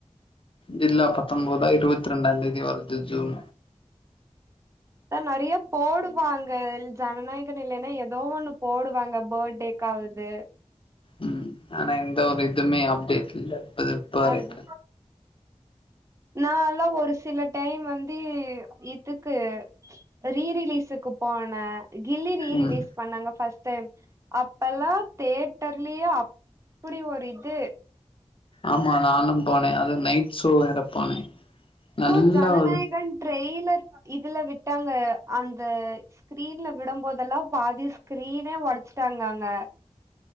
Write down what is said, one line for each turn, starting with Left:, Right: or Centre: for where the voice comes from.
Left: ஜில்லா பத்தொன்பதா இருவத்த ரெண்டாந்தேதி வருது ஜூன்
Right: தா நறைய போடுவாங்க ஜனநாயகன் இல்லன்னா எதோ ஒண்ணு போடுவாங்க பர்த்டே க்காவுது
Left: உம் ஆனா எந்த ஒரு இதுவுமே அப்டேட் இல்ல இப்பது இப்ப வரைக்கு
Right: அதுதா நால்லா ஒரு சில டைம் வந்து இதுக்கு ரீ ரிலீஸிக்கு போன கில்லி ரீ
Left: ம்
Right: ரிலீஸ்க் பண்ணாங்க பஸ்ட் டைம் அப்பல்லா தேட்டர்லயே அப்புடி ஒரு இது
Left: ஆமா நானு போனே அது நைட் ஷோ வேற போனே
Right: இதோ
Left: நல்ல
Right: ஜனநாயகன்
Left: ஒரு
Right: ட்ரெய்லர் இதுல விட்டாங்க அந்த ஸ்கீரின்ல விடம்போதெல்லா பாதி ஸ்கிரீனே ஒடச்சுட்டாங்க அங்க